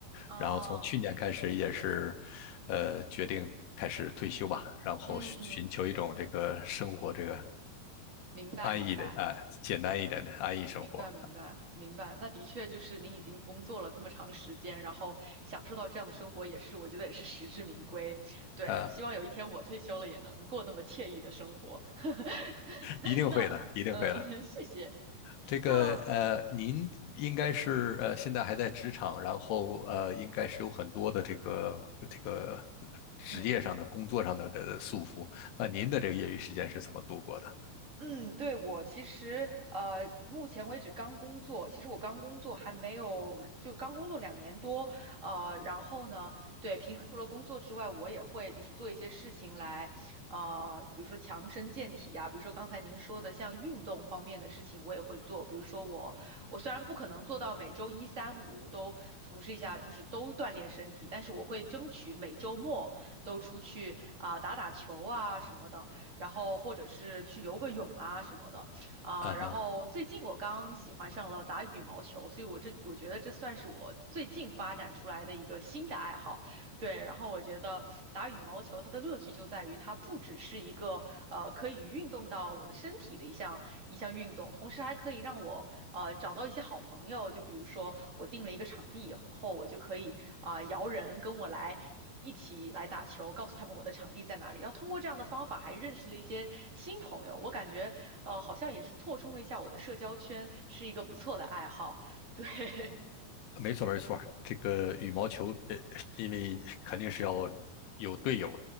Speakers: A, on the right; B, on the left.
A: 哦，
B: 然后从去年开始也是，呃，决定开始退休吧，然后寻寻求一种这个生活这个
A: 嗯嗯，明白明白。
B: 安逸的啊，简单一点的安逸生活
A: 明白，明白，明白。那的确就是您已经工作了这么长时间，然后享受到这样的生活，也是我觉得也是实至名归。对，
B: 啊，
A: 希望有一天我退休了也能过那么惬意的生活。<laughs>
B: 一定会的，
A: 那，
B: 一定会的。
A: 嗯、<laughs> 谢谢。
B: 这个呃，
A: 那，
B: 您应该是呃，现在还在职场，然后呃，应该是有很多的这个这个职业上的、
A: 嗯，
B: 工作上的的束缚。那您的这个业余时间是怎么度过的？
A: 嗯，对，我其实呃，目前为止刚工作，其实我刚工作还没有，就刚工作两年多，呃，然后呢，对，平时除了工作之外，我也会就是做一些事情来，呃，比如说强身健体啊，比如说刚才您说的像运动方面的事情，我也会做，比如说我我虽然不可能做到每周一三五都从事一下，就是都锻炼身体，但是我会争取每周末都出去啊、打打球啊什么的。然后或者是去游个泳啊什么的啊。
B: 啊哈。
A: 然后最近我刚喜欢上了打羽毛球，所以我这我觉得这算是我最近发展出来的一个新的爱好。对，然后我觉得打羽毛球它的乐趣就在于它不只是一个呃可以运动到我的身体的一项一项运动，同时还可以让我呃找到一些好朋友。就比如说我定了一个场地以后，我就可以啊、摇人跟我来一一起来打球，告诉他们我的场地在哪里。然后通过这样的方法还认识了一些新朋友，我感觉呃好像也是拓充了一下我的社交圈，是一个不错的爱好。对，<laughs>
B: 没错，没错，这个羽毛球，呃，因为肯定是要有队友，